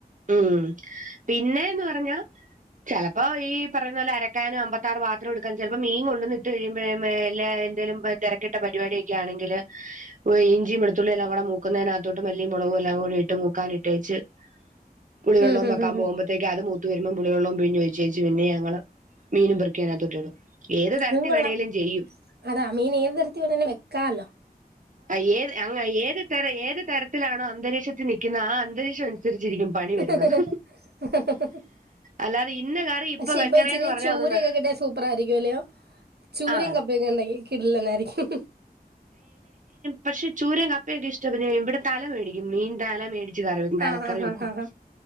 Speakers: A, on the right (about 50°); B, on the right (about 85°).
A: ഉം പിന്നേന്ന് പറഞ്ഞാ ചെലപ്പോ ഈ പറയുന്ന പോലെ അരക്കാനും അമ്പത്താറ് വാ പാത്രം എടുക്കാൻ ചെലപ്പോ മീൻ കൊണ്ടുവന്ന് ഇട്ട് കഴിയുമ്പോ എല്ലാ എന്തേലും തെരക്കിട്ട പരിപാടിയൊക്കെ ആണെങ്കില് ഇഞ്ചിയും വെളത്തുള്ളി എല്ലാം കൂടെ മൂക്കുന്നേനാത്തോട്ട് മല്ലിയും മുളകും എല്ലാം കൂടി ഇട്ട് മൂക്കാനിട്ടേച്ച് പുളിവെള്ളം
B: ഉം ഉം
A: വെക്കാ
B: ഉം
A: പോകുമ്പഴത്തേക്ക്
B: ഉം
A: അത് മൂത്ത് വരുമ്പോ പുളിവെള്ളവും പിഴിഞ് ഒഴിച്ചേച്ച് പിന്നെ ഞങ്ങള് മീനും പെറിക്കി അതിനാത്തേക്കിട്ടും ട്ടിടും ഏത് തരത്തി
B: അതും കൊള്ളാം
A: വേണേലും ചെയ്യും
B: അതാ മീൻ ഏത് തരത്തി വേണേലും വെക്കാലോ?
A: ആഹ് ഏത് അങ്ങനെ ഏത് തര ഏത് തരത്തിലാണോ അന്തരീക്ഷത്തി നിക്കുന്നെ ആ അന്തരീക്ഷം അനുസരിച്ചിരിക്കും പണി
B: പ്രത്യേകത
A: വരുന്നത് അല്ലാതെ ഇന്ന കറി ഇപ്പൊ
B: പക്ഷെ
A: വെക്കണേന്ന്
B: ഇച്ചിരി
A: പറഞ്ഞ
B: ചൂരയൊക്കെ
A: ഒന്നും ന
B: കിട്ടിയ സൂപ്പർ ആയിരിക്കും അല്ലെയോ. ചൂരയും
A: ആ
B: കപ്പയൊക്കെണ്ടെങ്കി കിടിലനായിരിക്കും.
A: പക്ഷെ ചൂരെ കപ്പയൊക്കെ ഇഷ്ടത്തിന് ഇവിടെ തല മേടിക്കും മീൻ തല മേടിക്കും. ച്ച് കറിവെക്കും. തലക്കറി
B: ആഹ് ആഹ് ആഹ്
A: വെക്കും
B: ആഹ്